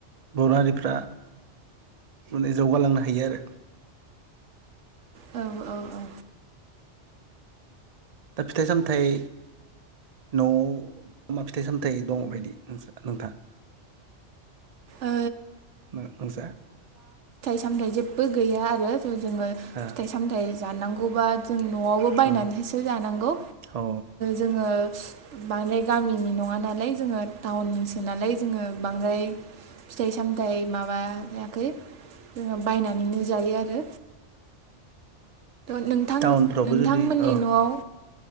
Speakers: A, on the right; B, on the right.
A: बर' हारिफ्रा माने जौगालांनो हायो आरो
B: औ औ औ
A: दा फिथाइ सामथाइ न'आव मा फिथाइ सामथायाइ दङ बायदि नोंथा
B: ओ
A: नोंसा
B: सामथाय जेबबो गैया आरो जोङो
A: अ
B: फिथाइ सामथाय जानांगौबा जों न'आवबो बायनानैसो
A: अ
B: जानांगौ
A: औ
B: जोङो माने गामि नङा नालाय जोङो टाउननिसो नालाय जोङो बांद्राय फिथाय सामथाय माबायाखै जोङो बायनानैनो जायो आरो नोंथां
A: टाउनफ्रावबो
B: नोंथांमोननि
A: जुदि अ
B: न'आव